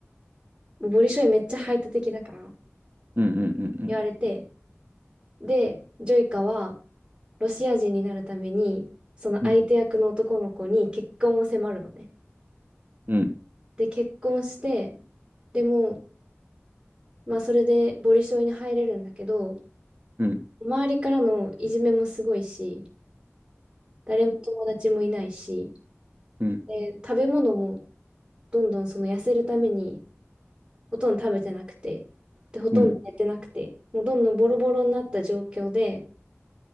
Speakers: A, on the right; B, on the right.
A: もうボリショイめっちゃ排他的だから
B: うん、うん、うん、
A: 言われて、で、ジョイカはロシア人になるために、その相手役の男の子に結婚を迫るのね。
B: うん、うん、
A: で、結婚して、でも、まあそれでボリショイに入れるんだけど、
B: うん、
A: 周りからのいじめもすごいし、誰も友達もいないし、
B: うん、
A: で、食べ物もどんどんその痩せるためにほとんど食べてなくて、で、ほとんど寝てなくて、
B: うん。
A: もうどんどんボロボロになった状況で、